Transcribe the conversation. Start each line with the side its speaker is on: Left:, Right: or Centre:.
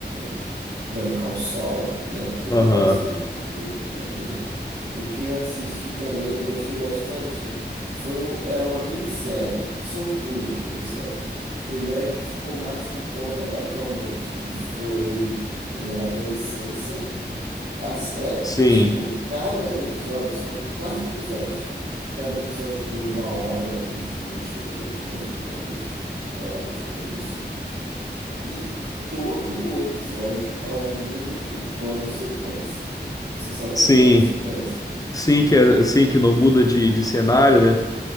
Right: eh, Better Call Saul, né? Do
Left: Aham.
Right: universo do, do Breaking Bad. O que eu assisti também, gostei bastante, foi um- é uma minissérie. São duas minisséries. Primeira que ficou mais em tona atualmente, que foi o Adolescência. As- É,
Left: Sim.
Right: tipo, cada episódio, são quatro episódios. Cada episódio dura uma hora e vinte minutos, mais ou menos. É, acho que é isso. E todo o episódio é um único plano sequência. Você sabe o que
Left: Sim.
Right: é plano sequência?
Left: Sim que é, sim que não muda de, de cenário, né?